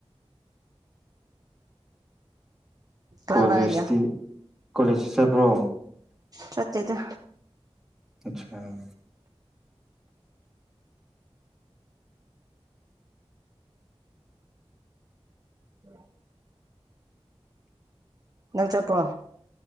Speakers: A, on the right; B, in the centre.
A: ꯀꯅꯥ
B: ꯀꯣꯂꯦꯖꯇꯤ
A: ꯀꯅꯥ ꯂꯩꯒꯦ
B: ꯀꯣꯂꯦꯖꯇꯤ ꯆꯠꯄ꯭ꯔꯣ
A: ꯆꯠꯇꯦ ꯑꯗꯨ
B: ꯑꯆꯥꯥ
A: ꯎ ꯅꯪ ꯆꯠꯄ꯭ꯔꯣ